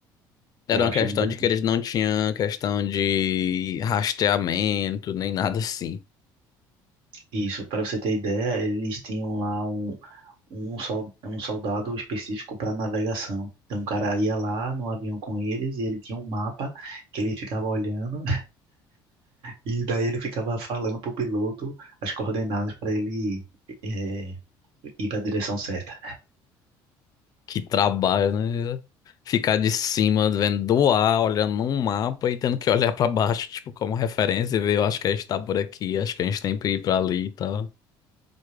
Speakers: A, on the left; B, on the right.
A: era
B: Eu achei
A: uma questão
B: muito interessante.
A: de que eles não tinham questão de rastreamento, nem nada assim.
B: Isso, para você ter ideia, eles tinham lá um, um, sol, um soldado específico para navegação. Então, o cara ia lá no avião com eles e ele tinha um mapa que ele ficava olhando E daí ele ficava falando pro piloto as coordenadas para ele é, ir para a direção certa.
A: Que trabalho, né? Ficar de cima, vendo do ar, olhando um mapa e tendo que olhar pra baixo, tipo, como referência e ver, eu acho que a gente tá por aqui, acho que a gente tem que ir pra ali e tal.